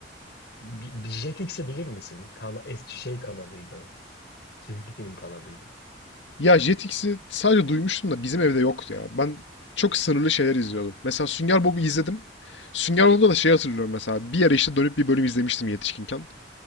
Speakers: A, on the left; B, on the left.
A: bir bir Jetix'i bilir misin? Kana- es- şey kanalıydı. Çizgi film kanalıydı.
B: Ya Jetix'i sadece duymuştum da bizim evde yoktu ya. Ben çok sınırlı şeyler izliyordum. Mesela Sünger Bob'u izledim. Sünger Bob'da da şey hatırlıyorum mesela. Bir ara işte dönüp bir bölüm izlemiştim yetişkinken.